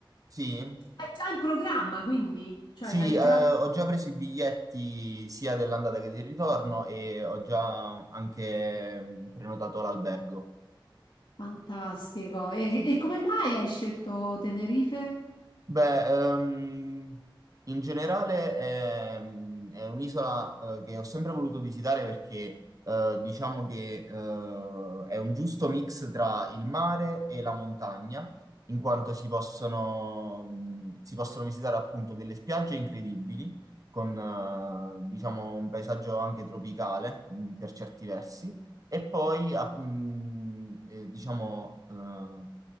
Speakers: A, on the right; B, on the left.
A: Sì?
B: Hai già in programma, quindi? Cioè,
A: Sì,
B: hai
A: eh,
B: già...
A: ho già preso i biglietti sia dell'andata che del ritorno e ho già anche mm, prenotato l'albergo.
B: Fantastico. E,
A: Sì.
B: e
A: sì.
B: come mai hai scelto Tenerife?
A: Beh, ehm, in generale è, mm, è un'isola eh, che ho sempre voluto visitare perché eh, diciamo che eh, è un giusto mix tra il mare e la montagna, in quanto si possono, mm, si possono visitare appunto delle spiagge incredibili, con eh, diciamo un paesaggio anche tropicale mm, per certi versi, e poi ah, mm, eh, diciamo eh,